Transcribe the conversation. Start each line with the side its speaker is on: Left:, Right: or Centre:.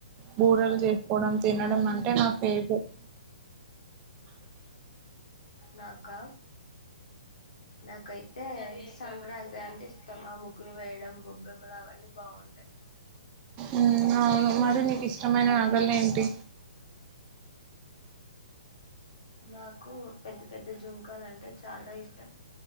Right: బూడలు చేసుకోవడం తినడం అంటే నా ఫేవరెట్
Left: నాకా నాకైతే సంక్రాంతి అంటే ఉత్తమ ముగ్గులు వేయడం బొబ్బెమ్మలు అవన్నీ బాగుంటాయి
Right: ఉమ్, అవును మరి ఇష్టమైన నగలు ఏంటి
Left: నాకు పెద్ద పెద్ద జుంకాలు అంటే చాలా ఇష్టం